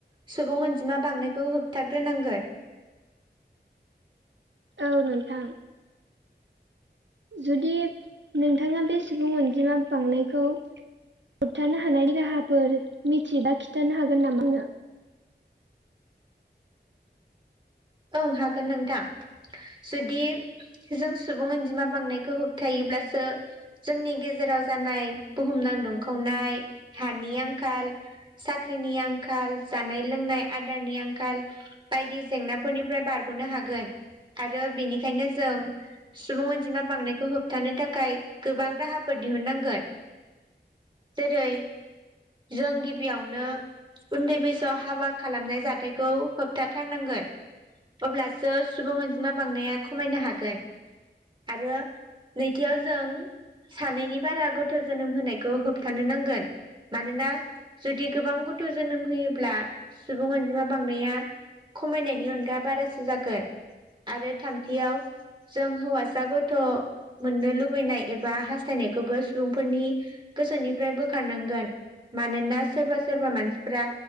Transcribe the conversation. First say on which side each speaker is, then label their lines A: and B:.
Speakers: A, on the right (about 25°); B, on the right (about 90°).
A: सुबुं अनजिमा बांनायखौ होबथाग्रोनांगोन
B: औ नोंथां जुदि नोंथाङा बे सुबुं अनजिमा बांनायखौ होबथानो हानायनि राहाफोर मिथिबा खिन्थानो हागोन नामानो?
A: ओं हागोन नोंथां जुदि जों सुबुं अनजिमा बांनायखौ होबथायोबब्लासो जोंनि गेजेराव जानाय बुहुमनां दुंखावनाय हानि आंखाल साख्रिनि आंखाल जानाय लोंनाय आदारनि आंखाल बायदि जेंना फोरनिफ्राय बारग'नो हागोन आरो बेनिखायनो जों सुबुं अनजिमा बांनायखौ होबथानो थाखाय गोबां राहाफोर दिहुननांगोन जेरै जों गिबियावनो उन्दै बैसोआव हाबा खालामनाय जाथायखौ होबथाथारनांगोन। अब्लासो सुबुं अनजिमा बांनाया खमायनो हागोन आरो नैथियाव जों सानैनि बारा गथ' जोनोम होनायखौ होबथानो नांगोन मानोना जुदि गोबां गथ' जोनोम होयोब्ला सुबुं अनजिमा बांनाया खमायनायनि अन गा बारासो जागोन आरो थामथियाव जों हौवासा गथ' मोननो लुबैनाय एबा हास्थायनायखौबो सुबुंफोरनि गोसोनिफ्राय बोखारनांगोन मानोना सोरबा सोरबा मानसिफ्रा